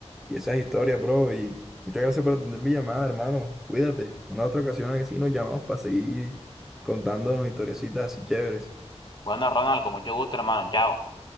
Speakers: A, in the centre; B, on the left.
A: y esas historias, bro. Y muchas gracias por atender mi llamada, hermano. Cuídate. Una otra ocasión así nos llamamos para seguir contándonos historiecitas así chéveres.
B: Bueno, Ronald, con mucho gusto, hermano. Chao.